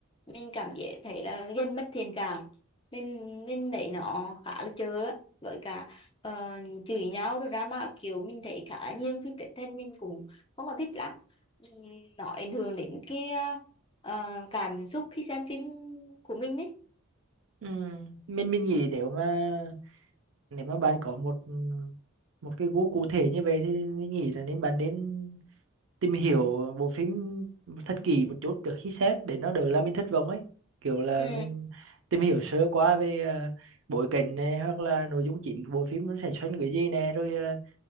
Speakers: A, on the left (about 20°); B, on the right (about 60°).
A: mình cảm giác thấy là dân mất thiện cảm mình mình thấy nó khá là chớ á. với cả ờ, chửi nhau rồi ra mà kiểu mình thấy khá là nhiều phim truyền hình mình cũng không có thích lắm Ừm, nó ảnh hưởng đến cái ờ, cảm xúc khi xem phim của mình ấy
B: ừ. mình mình nghĩ nếu mà nếu mà bạn có một một cái gu cụ thể như vậy thì mình nghĩ là nên bạn nên tìm hiểu bộ phim thật kỹ một chút trước khi xem để nó đỡ là mình thất vọng ấy kiểu là
A: ừ
B: mình tìm hiểu sơ qua về à, bối cảnh này hoặc là nội dung chính của bộ phim nó sẽ xoay quanh cái gì nè rồi à,